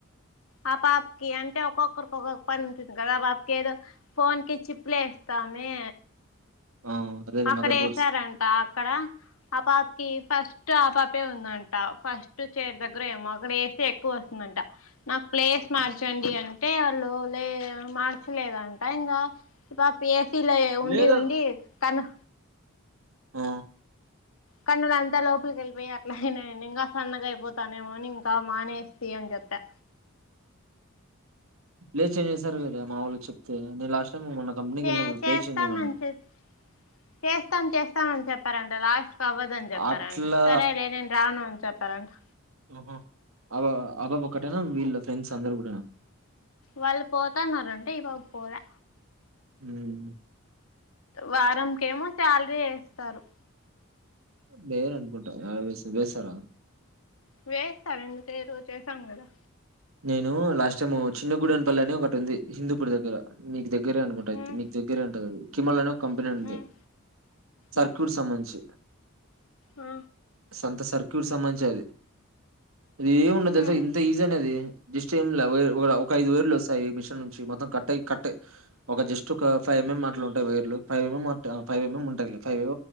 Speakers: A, on the left; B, on the right.
A: ఆ పాపకి అంటే ఒక్కొక్కరికి ఒక్కొక్క పని ఉంటుంది కదా ఆ పాపకి ఏదో ఫోన్ కి చిప్పులేస్తామే
B: ఆ అదేలే
A: అక్కడ
B: మదర్
A: వేసారంట
B: బోర్డ్స్
A: అక్కడ ఆ పాప చైర్ కీ ఫస్ట్ ఆపాపే ఉందంట ఫస్ట్ చైర్ దగ్గర ఏమో అక్కడ ఏసీ ఎక్కువ వస్తుందంట నాకు ప్లేస్ మార్చండి అంటే వాళ్ళు లే మార్చలేద అంట లేదంట ఇన్గా ఈ పాప ఏసీలో ఉండి
B: లేదు
A: ఉండి కను
B: ఆ
A: కన్నులంతా లోపలికి వెళ్ళిపోయి అట్లా అయినాయండి ఇంకా సన్నగా అయిపోతానేమో అని ఇంకా మానేస్తి అని చెప్పా
B: లేదు చేసేసారు కదా మా వాళ్ళకి చెప్తే నేను లాస్ట్ టైం మొన్న కంపెనీకి
A: చే
B: వెళ్ళినప్పుడు
A: చేస్తాం
B: ప్లేస్ చేంజ్ చేయమన్నా
A: మంచి చేస్తాం చేస్తాం చేస్తామని చెప్పారంట లాస్ట్ లాస్ట్ అవ్వదని చెప్పారంట
B: అట్లా
A: సరేలే నేను రాను అని చెప్పా కరెంట్
B: ఓ హో ఆ పా ఆ పాప ఒకటేనా వీళ్ళ ఫ్రెండ్స్ అందరు కూడానా
A: వాళ్ళు పోతన్నరంట ఈ పాప పోలే
B: హు
A: వారంకేమో శాలరీ యేస్తారు
B: బేర అనుకుంటా వే బేసారా
A: వేస్తారు ఎందుకెయరు చేసాం గదా
B: నేను లాస్ట్ టైమ్ చిన్న గుూడని పల్లిని ఒకటి ఉంది హిందూపూర్ దగ్గర మీకు దగ్గర ద్గర అనుకుంటా
A: ఉమ్
B: తె మీకు దగ్గరే అంట అది కిమలను కంపెనీ ఉంది
A: ఉమ్
B: సర్క్యూట్
A: ఉమ్
B: సంబంధించి
A: ఆ
B: కొంత సర్క్యూట్ సంబంధించి అది అది ఏమి ఉండదు తెలుసా
A: ఉమ్
B: ఇంత ఈజీ అని అది జస్ట్ ఏం లా ఒక ఐదు వేర్లు వస్తాయి మిషన్ నుంచి మొత్తం కట్ కట్ ఒక జస్ట్ ఒక ఫైవ్ ఎంఎం అట్లు ఉంటాయి వైర్లు ఫైవ్ ఎంఎం ఫైవ్ ఎంఎం ఉంటాయి ఫైవ్